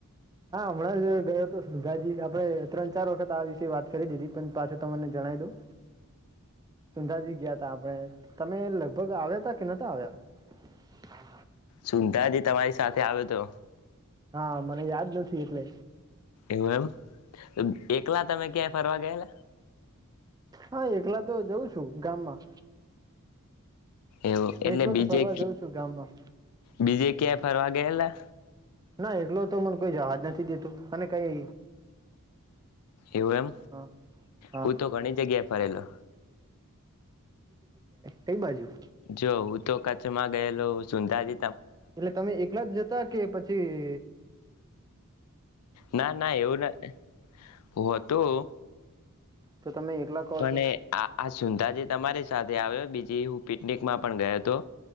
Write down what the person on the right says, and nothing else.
હમણાં જ ગયો હતો ગાજી આપે ત્રણ ચાર વખત આવી વાત કરી દીધી પણ પાછ તમને જણાવ દઉં સુંદાજી ગયા તા આપણેે તમે લગભગ આવ્યા તા કે નતા આવ્યા
હા મને યાદ નથી એટલે
હા એકલા તો જઉં છું ગામમાં
એકલો
તો ફરવા જઉં છું ગામમાં
ના એકલો તો મને કોઈ જવાજ નથી દેતો અને કઈ
હા હા
ક બાજું
એટલે તમે એકલા જ જતા કે પછી છે
તો તમે એકલા કહો
છો.